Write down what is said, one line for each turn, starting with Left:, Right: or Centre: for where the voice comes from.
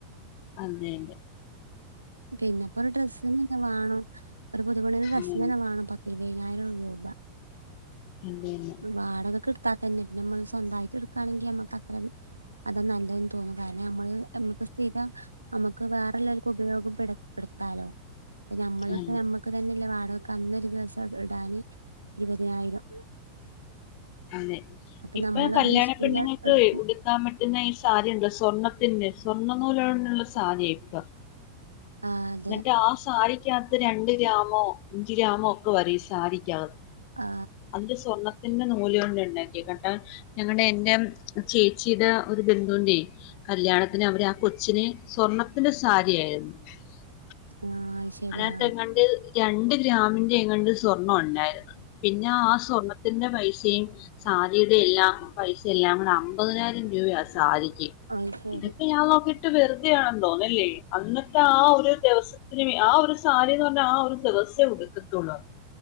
Left: അതെയതേ
Right: പിന്നെപ്പൊ ഒരു ഡ്രസ്സിനന്നെ വേണം ഒരു പുതുപെണ്ണിന്റെ
Left: അതെന്നെ
Right: ഡ്രസ്സിന് തന്നെ വേണം പ ഇരുപയിനായിരം രൂപ
Left: അതെന്നെ അതെ
Right: വാടക കെടുത്താത്തന്നെ പിന്ന നമ്മള് സ്വന്തമായിട്ട് എടുക്കുകയാണെങ്കി അമ്മക്ക് അത്രല്ല അതാ നല്ലതെന്ന് തോന്നും കാരണം നമ്മള് നമ്മുക്ക് സ്ഥിരം നമുക്ക് വേറെല്ലാരിക്കും ഉപയോഗപ്പെട് പ്പെടുത്താലോ ഇപ്പ ഞമ്മളടുത്ത്
Left: അതെ
Right: ഞമ്മക്ക് തന്നെയല്ലെ ഞങ്ങക്ക് അന്നൊരു ദിവസം ഇടാന് ഇരുപതിനായിരം
Left: അതെ
Right: അപ്പൊ
Left: ഇപ്പൊ
Right: നമ്മള്
Left: കല്യാണ
Right: അങ്ങനെ ശീല
Left: പെണ്ണുങ്ങൾക്ക്
Right: എടുത്ത്
Left: ഉടുക്കാൻ പറ്റുന്ന ഈ സാരിയുണ്ടല്ലോ സ്വർണ്ണത്തിന്റെ സ്വർണ്ണനൂല് കൊണ്ട് കൊണ്ടുള്ള സാരിയാ പ്പ
Right: ആ അതെ
Left: എന്നിട്ട് ആ സാരി <unintelligible> രണ്ട് ഗ്രാമോ അഞ്ച് ഗ്രാമോ ഒക്കെ പറയും ഈ സാരിക്കക
Right: ആ
Left: അതിൽ സ്വർണ്ണ <unintelligible> നൂല് കൊണ്ട് ഇണ്ടാക്കി കണ്ടാ ഞങ്ങടെം എന്റേം ചേച്ചിയുട ഒരു ബന്ധുവുണ്ടെ കല്യാണത്തിന് അവര് ആ കൊ <unintelligible> സ്വർണത്തിന്റെ സാരിയായിരുന്നു <unintelligible>
Right: ആ ശരി
Left: അതിനകത്തെങ്ങണ്ട്
Right: ആ
Left: രണ്ട് ഗ്രാമിന്റെ എങ്ങാണ്ട് സ്വർണ്ണം ഉണ്ടായിരുന്ന് പിന്നെ ആ സ്വർണത്തിന്റെ പൈസ <unintelligible> സാധ്യതയെല്ലാം പൈസ എല്ലാം കൂടെ അമ്പതിനായിരം രൂപയ സാരി
Right: അത് ശരി
Left: ഇതക്കെ ഞാൻ നോക്കീ <unintelligible> വെറുതെ ആണെന്ന് തോന്നും ല്ലെ അന്നത്തെ ആ ഒരു ദിവസത്തിന് വേ ആ ഒരു സാരിന്ന് പറഞ്ഞ ആ ഒരു ദിവസേ ഉടുക്കത്തുള്ളു അ